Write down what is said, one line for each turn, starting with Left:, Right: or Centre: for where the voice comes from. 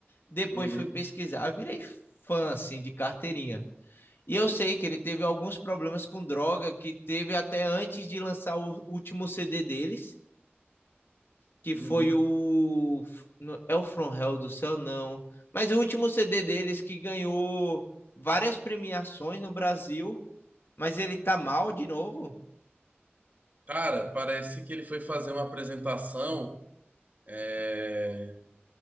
Left: Depois
Right: Uhum,
Left: fui pesquisar, Eu virei fã assim de carteirinha. E eu sei que ele teve alguns problemas com droga que teve até antes de lançar o último CD deles que
Right: uhum.
Left: foi o. no- É o From Hell do Céu, não. Mas o último CD deles que ganhou várias premiações no Brasil, mas ele tá mal de novo?
Right: Cara, parece que ele foi fazer uma apresentação, é,